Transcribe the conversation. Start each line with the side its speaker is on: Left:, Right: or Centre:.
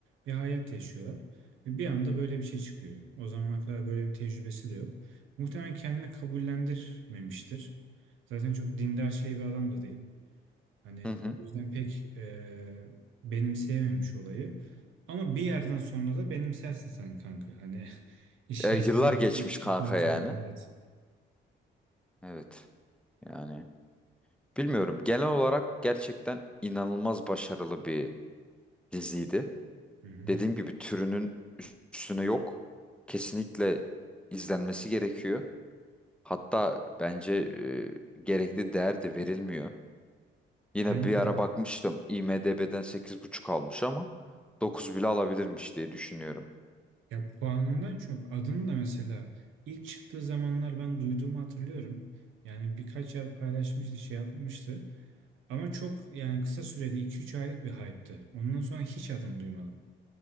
Right: bir hayat yaşıyorlar. Ve bir anda böyle bir şey çıkıyor. O zamana kadar böyle bir tecrübesi de yok. Muhtemelen kendini kabullendirmemiştir. Zaten çok dindar şey bir adam da değil. Hani
Centre: Hı hı.
Right: o yüzden pek e, benimseyememiş olayı. Ama bir yerden sonra da benimsersin sen kanka. Hani <laughs> işler
Centre: E, yıllar
Right: şey olduktan
Centre: geçmiş kanka
Right: sonra.
Centre: yani.
Right: Evet.
Centre: Evet. Yani bilmiyorum. Genel olarak gerçekten inanılmaz başarılı bir diziydi.
Right: Hı hı.
Centre: Dediğim gibi türünün üstüne yok. Kesinlikle izlenmesi gerekiyor. Hatta bence e, gerekli değer de verilmiyor. Yine
Right: Bence
Centre: bir ara
Right: de.
Centre: bakmıştım IMDb'den sekiz buçuk almış ama 9 bile alabilirmiş diye düşünüyorum.
Right: Ya puanından çok adını da mesela ilk çıktığı zamanlar ben duyduğumu hatırlıyorum. Yani birkaç yer paylaşmıştı, şey yapmıştı. Ama çok yani kısa süreli iki üç aylık bir hype'tı. Ondan sonra hiç adını duymadım.